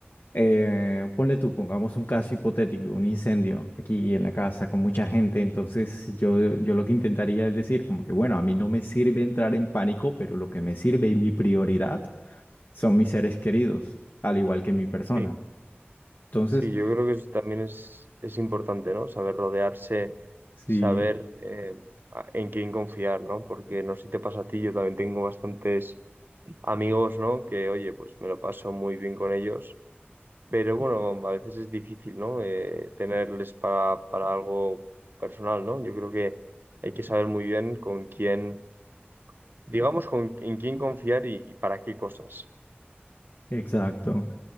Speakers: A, on the left (about 55°); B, on the right (about 55°).
A: eh, ponle tú, pongamos un caso hipotético, un incendio aquí en la casa con mucha gente, entonces yo, yo lo que intentaría es decir, como que bueno, a mí no me sirve entrar en pánico, pero lo que me sirve y mi prioridad son mis seres queridos, al igual que mi persona.
B: Sí.
A: Entonces,
B: Sí, yo creo que eso también es, es importante, ¿no? Saber rodearse,
A: sí.
B: saber eh, a- en quién confiar, ¿no? Porque no sé si te pasa a ti, yo también tengo bastantes amigos, ¿no? Que, oye, pues me lo paso muy bien con ellos, pero bueno, a veces es difícil, ¿no? Eh, tenerles para, para algo personal, ¿no? Yo creo que hay que saber muy bien con quién, digamos, con, en quién confiar y, y para qué cosas.
A: Exacto.